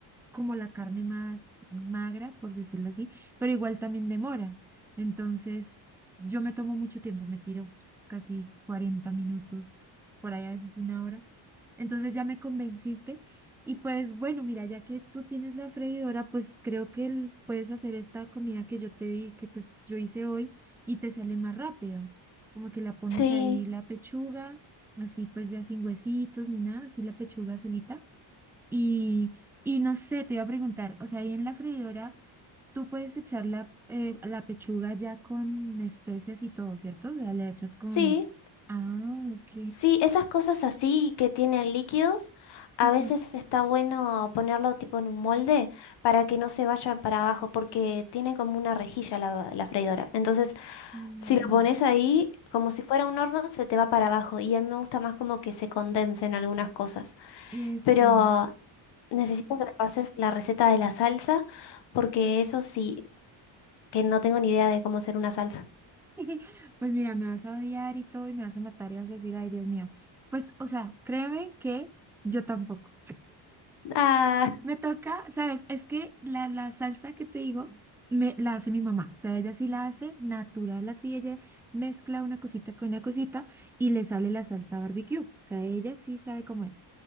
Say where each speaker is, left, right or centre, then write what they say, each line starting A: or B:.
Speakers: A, in the centre; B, on the left.
A: como la carne más magra, por decirlo así, pero igual también demora. Entonces, yo me tomo mucho tiempo, me tiro pues, casi 40 minutos, por ahí a veces una hora entonces ya me convenciste y pues bueno, mira, ya que tú tienes la freidora, pues creo que el- puedes hacer esta comida que yo te di, que pues yo hice hoy y te sale más rápido. Como que la pones
B: Sí,
A: ahí la pechuga, así pues ya sin huesitos ni nada, así la pechuga solita. Y, y no sé, te iba a preguntar, o sea, ahí en la freidora tú puedes echar la, eh, la pechuga ya con especias y todo, ¿cierto? O sea, le echas con...
B: sí.
A: Ah, ok.
B: Sí, esas cosas así que tienen líquidos,
A: Sí,
B: a veces
A: sí.
B: está bueno ponerlo tipo en un molde para que no se vayan para abajo, porque tiene como una rejilla la, la freidora. Entonces,
A: Mm.
B: si lo pones ahí, como si fuera un horno, se te va para abajo. Y a mí me gusta más como que se condensen algunas cosas.
A: Eso.
B: Pero necesito que me pases la receta de la salsa, porque eso sí, que no tengo ni idea de cómo hacer una salsa.
A: <laughs> Pues mira, me vas a odiar y todo y me vas a matar y vas a decir, ay, Dios mío. Pues, o sea, créeme que yo tampoco.
B: <laughs> Ah,
A: Me toca, ¿sabes? Es que la, la salsa que te digo, me, la hace mi mamá. O sea, ella sí la hace natural, así ella mezcla una cosita con una cosita y le sale la salsa barbecue. O sea, ella sí sabe cómo es.